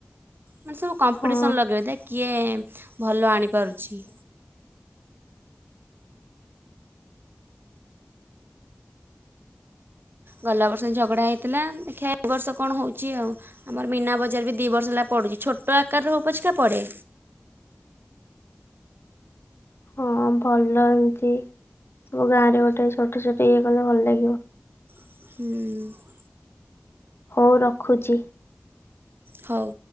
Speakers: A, on the right; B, on the left.
A: ମାନେ ସବୁ କମ୍ପିଟିସନ୍
B: ହଁ
A: ଲଗେଇବେ ତା କିଏ ଭଲ ଆଣିପାରୁଛି। ଗଲା ବର୍ଷ ଝଗଡ଼ା ହେଇଥିଲା ଦେଖିବା ଏ ବର୍ଷ କଣ ହଉଛି ଆଉ। ଆମର ମୀନା ବଜାର ବି ଦି ବର୍ଷ ହେଲା ପଡୁଛି ଛୋଟ ଆକାର ରେ ହଉ ପଛିିକା ପଡେ।
B: ହଁ ଭଲ ଏମିତି ସବୁ ଗାଁରେ ଗୋଟେ ଛୋଟ ଛୋଟ ଇଏ କଲେ ଭଲ ଲାଗିବ।
A: ହୁଁ।
B: ହଉ ରଖୁଛି।
A: ହଉ।